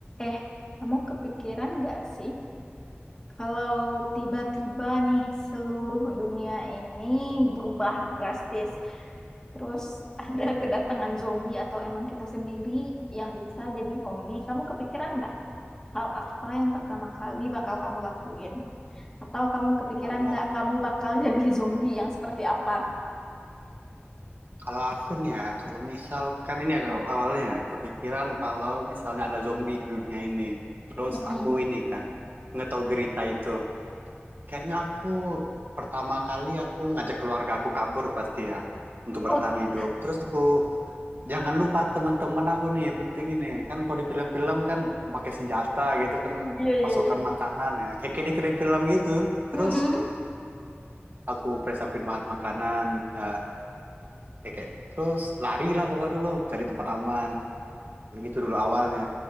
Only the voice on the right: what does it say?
Kalau
kalau aku nih ya, kalau misalkan ini agak awalnya ya, kepikiran kalau misalnya ada zombie di dunia ini, terus
aku ini kan nggak tahu berita itu, kayaknya aku pertama kali aku ngajak keluarga aku kabur pasti ya untuk
bertahan hidup. Terus aku jangan lupa teman-teman aku nih penting ini kan kalau di film-film kan pakai senjata gitu kan
pasokan
makanan ya, kayak, kayak di film-film gitu.
Terus aku persiapin bahan makanan, ya, Eh, kayak gitu. terus lari lah pokoknya dulu cari tempat aman begitu dulu awalnya